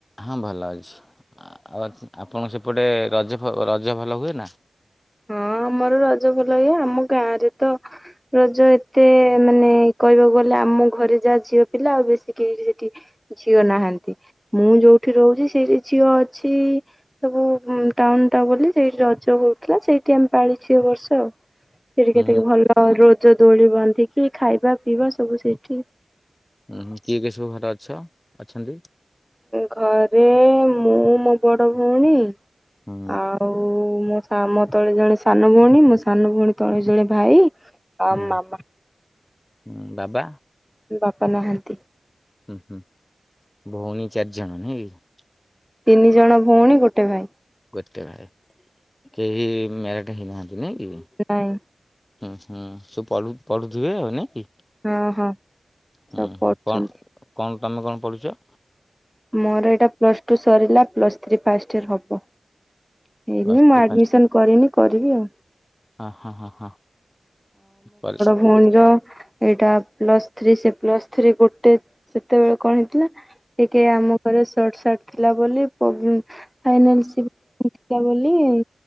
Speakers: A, on the left; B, in the centre.
A: ହଁ, ଭଲ ଅଛି। ଆଉ, ଆପଣଙ୍କ, ସେପଟେ ରଜ ଫ ରଜ ଭଲ ହୁଏ ନା?
B: ହଁ, ଆମର ରଜ ଭଲ ହିଏ। ଆମ ଗାଁ ରେ ତ ରଜ ଏତେ ମାନେ କହିବାକୁ ଗଲେ, ଆମ ଘରେ ଯାହା ଝିଅ ପିଲା, ଆଉ ବେଶୀ କେଇ ସେଠି ଝିଅ ନାହାଁନ୍ତି। ମୁଁ ଯୋଉଠି ରହୁଛି। ସେଇଠି ଝିଅ ଅଛି। ସବୁ ଟାଉନ୍ ଟା ବୋଲି ସେଇଠି ରଜ ହଉ ଥିଲା। ସେଇଠି ଆମେ ପାଳିଛି ଏ ବର୍ଷ ଆଉ। ସେଠି
A: ହୁଁ
B: କେତକି ଭଲ ରୋ ଜ ଦୋଳି ବାନ୍ଧିକି ଖାଇବା ପିଇବା ସବୁ ସେଇଠି।
A: ଉୁଁ ହୁଁ କିଏ କିଏ ସବୁ ଘରେ ଅଛ ଅଛନ୍ତି?
B: ଘରେ ମୁଁ, ମୋ ବଡ ଭଉଣୀ,
A: ହୁଁ
B: ଆ ଆଉ-ଉ, ମୋ ସା ମୋ ତଳେ ଜଣେ ସାନ ଭଉଣୀ, ମୋ ସାନ ଭଉଣୀ ତଳେ ଜଣେ ଭାଇ। ଆଉ
A: ହୁଁ
B: ମାମା,
A: ହୁଁ ବାବା
B: ବାପା ନାହାଁନ୍ତି।
A: ହୁଁ, ହୁଁ ଭଉଣୀ ଚାରିଜଣ ନାଇଁ କି?
B: ତିନି ଜଣ ଭଉଣୀ ଗୋଟେ ଭାଇ।
A: ଗୋଟେ ଭାଇ, କେହି ମ୍ୟାରେଡ଼ ହେଇନାହାଁନ୍ତି ନାଇଁ କି?
B: ନାଇଁ।
A: ହୁଁ, ହୁଁ, ସ ପଢୁ-ପଢୁଥିବେ ଆଉ ନାଇଁ କି?
B: ହଁ, ହଁ
A: ହୁଁ
B: ସବୁ
A: ହୁଁ
B: ପଢୁଚନ୍ତି।
A: କଣ କଣ ତୁମେ କଣ ପଢୁଚ?
B: ମୋର ଏଇଟା ପ୍ଲସ୍ ଟୁ ସରିଲା। ପ୍ଲସ୍ ଥ୍ରୀ ଫାଷ୍ଟ ଇୟର ହବ। ହେଇନି,
A: ପ୍ଲସ୍
B: ମୁଁ
A: ଥ୍ରୀ
B: ଆଡମିସନ
A: ଫାଷ୍ଟ
B: କରିନି, କରିବି ଆଉ।
A: ହଁ ହଁ ହଁ ହଁ କରି
B: ଭଉଣ ର ଏଇଟା ପ୍ଲସ୍ ଥ୍ରୀ, ସେ ପ୍ଲସ୍ ଥ୍ରୀ ଗୋଟେ ସେତେବେଳେ କଣ ହେଇଥିଲା। କେ ଆମ ଘରେ ସଟ ସାର୍ଟ ଥିଲା ବୋଲି ପୋବେମ୍ ଫାଇନାନ୍ସିଭ ଥିଲା ବୋଲିଁ